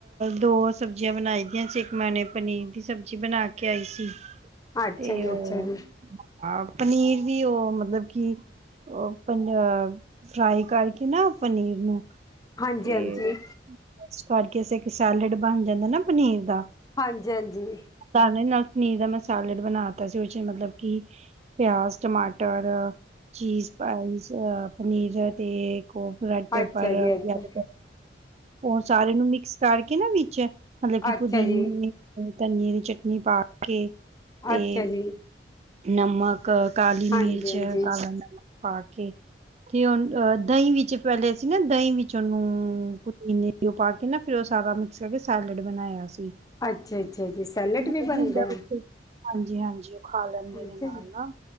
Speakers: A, on the right; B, on the left.
A: ਦੋ ਸਬਜ਼ੀਆਂ ਬਨਾਈ ਦੀਆਂ ਸੀ ਇੱਕ ਮੈਂਨੇ ਪਨੀਰ ਦੀ ਸਬਜ਼ੀ ਬਨਾ ਕੇ ਆਈ ਸੀ ਤੇ
B: ਅੱਛਾ ਜੀ ਅੱਛਾ
A: ਓਹ
B: ਜੀ
A: ਹਾਂ, ਪਨੀਰ ਦੀ ਉਹ ਮਤਲਬ ਕੀ ਉਹ ਪਨ ਫਰਾਈ ਕਰਕੇ ਨਾ ਪਨੀਰ ਨੂੰ
B: ਹਾਂਜੀ
A: ਤੇ
B: ਹਾਂਜੀ
A: ਇਸ ਕਰਕੇ ਇਕ ਇੱਕ ਸੈਲਡ ਬਣ ਜਾਂਦਾ ਨਾ ਪਨੀਰ ਦਾ
B: ਹਾਂਜੀ-ਹਾਂਜੀ
A: ਤਾਂ ਨਾਲ ਪਨੀਰ ਦਾ ਮੈਂ ਸੈਲਡ ਬਨਾ ਤਾਂ ਸੀ, ਉਹ ਚ ਮਤਲਬ ਕਿ ਪਿਆਜ, ਟਮਾਟਰ, ਚੀਜ਼ ਪਾਈਸ, ਪਨੀਰ ਤੇ <unintelligible>
B: ਅੱਛਾ ਜੀ ਅੱਛਾ
A: ਓ ਸਾਰੇ ਨੂੰ ਮਿਕਸ ਕਰਕੇ ਨਾ ਵਿੱਚ, ਮਤਲਬ ਕਿ
B: ਅੱਛਾ
A: ਪੂਦੀਨੇ
B: ਜੀ
A: ਧਨੀਏ ਦੀ ਚਟਨੀ ਪਾ ਕੇ ਤੇ,
B: ਅੱਛਾ ਜੀ
A: ਨਮਕ ਕ ਕਾਲੀ
B: ਹਾਂਜੀ
A: ਮਿਰਚ,
B: ਹਾਂਜੀ
A: ਕਾਲਾ ਨਮਕ ਪਾ ਕੇ, ਕੇ ਓਨ ਅ ਦਹੀਂ ਵਿੱਚ ਪੈਲੇ ਅਸੀ ਨਾ ਦਈ ਵਿੱਚ ਤੇ ਓਨੂੰ, ਪੁਦੀਨੇ ਦੀ ਓ ਪਾਕੇ ਨਾ ਫਿਰ ਓ ਸਾਰਾ ਮਿਕਸ ਕਰਕੇ ਸੈਲਡ ਬਨਾਏਆ ਸੀ
B: ਅੱਛਾ, ਅੱਛਾ ਜੀ‌। ਸੈਲਟ
A: ਵਧੀਆ
B: ਵੀ ਬਨਦੈ?
A: ਹੁੰਦਾ ਬੱਚੇ ਹਾਂਜੀ, ਹਾਂਜੀ, ਓ ਖਾ ਲੈਂਦੇ ਨੇ
B: ਅੱਛਾ
A: ਨਾਲ,
B: ਜੀ
A: ਨਾਲ